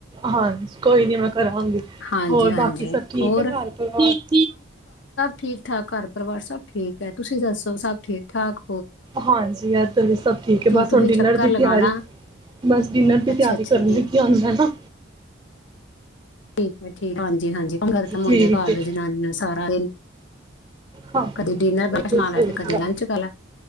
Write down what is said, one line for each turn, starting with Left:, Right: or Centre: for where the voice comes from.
Right: ਹਾਂ ਕੋਈ ਨੀ ਮੈਂ ਕਰਾਂਗੀ
Left: ਹਾਂਜੀ-ਹਾਂਜੀ
Right: ਹੋਰ ਬਾਕੀ ਸਭ ਠੀਕ
Left: ਹੋਰ
Right: ਹੈ ਘਰ ਪਰਿਵਾਰ-
Left: ਠੀਕ ਠਾਕ ਘਰ ਪਰਿਵਾਰ ਸਭ ਠੀਕ ਹੈ। ਤੁਸੀਂ ਦੱਸੋ ਸਭ ਠੀਕ ਠਾਕ?
Right: ਹਾਂਜੀ ਇਧਰ ਵੀ ਸਭ ਠੀਕ ਹੈ ਬਸ
Left: ਤੁਸੀਂ
Right: ਹੁਣ ਡਿਨਰ
Left: ਚੱਕਰ
Right: ਦੀ
Left: ਲਗਾਣਾ
Right: ਤਿਆਰੀ ਬਸ ਡਿਨਰ ਦੀ
Left: ਅੱਛਾ-ਅੱਛਾ
Right: ਤਿਆਰੀ ਕਰਨ
Left: ਡੀ
Right: ਲੱਗੀ ਆਉਂਦਾ ਨਾ।
Left: ਠੀਕ ਠੀਕ ਹਾਂਜੀ ਹਾਂਜੀ ਮੁੰਡੇ
Right: ਠੀਕ
Left: ਘਰ
Right: ਹੈ
Left: ਦੇ ਜਨਾਨੀਆਂ ਸਾਰਾ
Right: ਹਾਂ ਬਿਲਕੁਲ
Left: ਕਦੇ ਡਿਨਰ ਵਾਲਾ ਸੁਣਾ ਲੈ
Right: ਸਹੀ
Left: ਤੇ ਕਦੀ
Right: ਕਿਹਾ
Left: ਲੰਚ ਵਾਲਾ